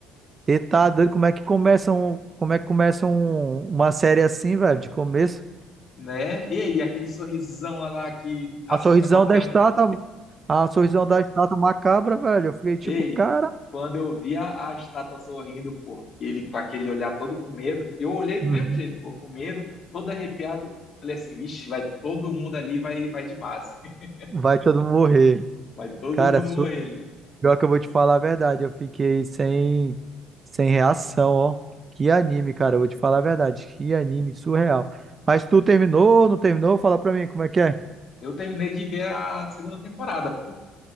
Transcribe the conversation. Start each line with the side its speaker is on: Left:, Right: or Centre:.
Right: Ele tá doido, como é que começa um, como é que começa um- uma série assim, velho, de começo?
Left: né? Ei, aquele sorrisão lá que assusta
Right: A sorrisão
Left: qualquer
Right: da estátua,
Left: um.
Right: a sorrisão da estátua macabra, velho. Eu fiquei tipo,
Left: Ei,
Right: cara,
Left: quando eu vi a, a estátua sorrindo, pô, ele com aquele olhar todo com medo, eu olhei do
Right: Uhum.
Left: mesmo jeito, pô, com medo, todo arrepiado. Falei assim, vixe, vai todo mundo ali, vai, vai de base. <laughs>
Right: vai todo mundo morrer.
Left: Vai todo
Right: Cara,
Left: mundo morrer ali.
Right: Pior que eu vou te falar a verdade, eu fiquei sem, sem reação, ó. Que anime, cara, eu vou te falar a verdade. Que anime surreal. Mas tu terminou, não terminou? Fala pra mim como é que é.
Left: Eu terminei de ver a segunda temporada, pô.